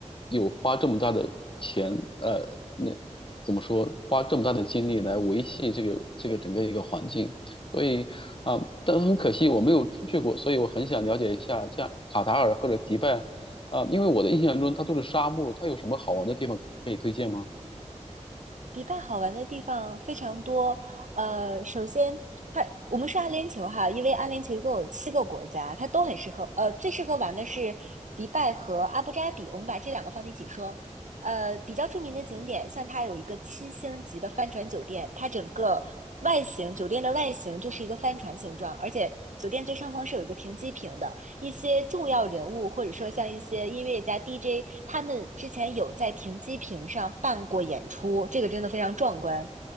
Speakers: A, on the left (about 45°); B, on the right (about 80°).
A: 有花这么大的钱，呃，那怎么说，花这么大的精力来维系这个这个整个一个环境。所以啊、但很可惜我没有出去过，所以我很想了解一下，像卡塔尔或者迪拜啊、因为我的印象中它都是沙漠，它有什么好玩的地方可以推荐吗？
B: 迪拜好玩的地方非常多，呃，首先它我们说阿联酋哈，因为阿联酋一共有七个国家，它都很适合，呃，最适合玩的是迪拜和阿布扎比，我们把这两个放在一起说，呃，比较著名的景点，像它有一个七星级的帆船酒店，它整个外形，酒店的外形就是一个帆船形状，而且酒店最上方是有一个停机坪的，一些重要人物，或者说像一些音乐家、DJ，他们之前有在停机坪上办过演出，这个真的非常壮观。